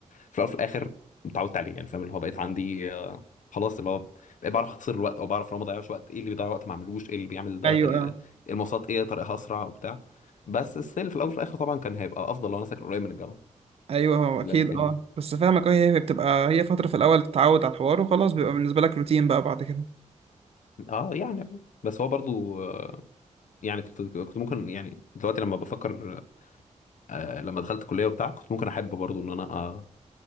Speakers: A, on the left; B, on the right.
A: في الاول وفي الاخر اتعودت عليه يعني فاهم اللي هو بقيت عندي آه، خلاص اللي هو بقيت بعرف اختصر الوقت او بعرف لو ما ضيعش وقت ايه اللي بيضيع وقت ما اعملوش ايه اللي بيعمل ده
B: ايوه
A: ال-
B: اه
A: المواصلات ايه طريقها اسرع وبتاع بس السيل في الاول وفي الاخر طبعا كان هيبقى افضل لو انا ساكن قريب من الجامعه
B: ايوه هو
A: لكن
B: اكيد اه بس فاهمك اه هي هي بتبقى هي فترة في الاول تتعود على الحوار وخلاص بيبقى بالنسبة لك روتين بقى بعد كده
A: اه يعني آه. بس هو برضو آه، يعني كنت كنت ممكن يعني دلوقتي لما بفكر آه، لما دخلت الكليه وبتاع كنت ممكن احب برضو ان انا آه،